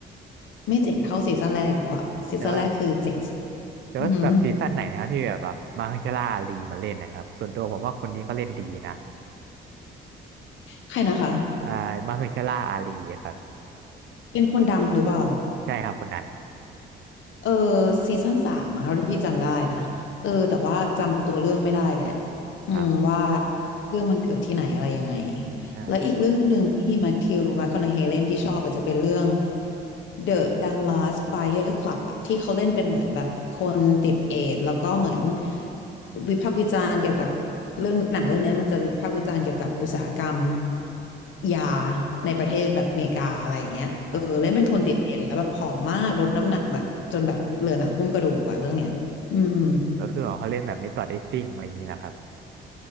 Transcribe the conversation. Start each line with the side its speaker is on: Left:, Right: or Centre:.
Left: ไม่เจ๋งเท่าซีซั่นแรกแล้วอะซีซั่นแรกคือเจ๋งสุด
Right: แต่ว่า แต่ว่าแบบซีซั่นไหนนะครับที่แบบแบบมาเฮอร์ชาล่าอาลีมาเล่นนะครับส่วนตัวผมว่าคนนี้เขาเล่นดีนะ
Left: อืมใครนะคะ
Right: อ่ามาเฮอร์ชาล่าอาลีครับ
Left: เป็นคนดำหรือเปล่า
Right: ใช่ครับคนนั้น
Left: เออซีซั่นสามมั้งเท่าที่พี่จำได้นะเออแต่ว่าจำตัวเรื่องไม่ได้แหละอืมว่า
Right: ครับ
Left: เรื่องมันเกิดที่ไหนอะไรยังไง
Right: ใช่
Left: แล้วอีกเรื่องหนึ่งที่แมทธิวแมคคอนาเฮเลนที่ชอบอาจจะเป็นเรื่อง The Dallas Buyer Club อะที่เขาเล่นเป็นเหมือนแบบคนติดเอดส์แล้วก็เหมือนวิพากษ์วิจารณ์เกี่ยวกับเรื่องหนังเรื่องเนี้ยมันจะวิพากษ์วิจารณ์เกี่ยวกับอุตสาหกรรมยาในประเทศแบบอเมริกาอะไรอย่างเงี้ยเออเล่นเป็นคนติดเอดส์แล้วแบบผอมมากลดน้ำหนักแบบจนแบบเหลือหนังหุ้มกระดูกอะเรื่องเนี้ยอืม
Right: ครับก็คือเขาเล่นแบบเมธอดแอคติ้งอะไรอย่างนี้แหละครับ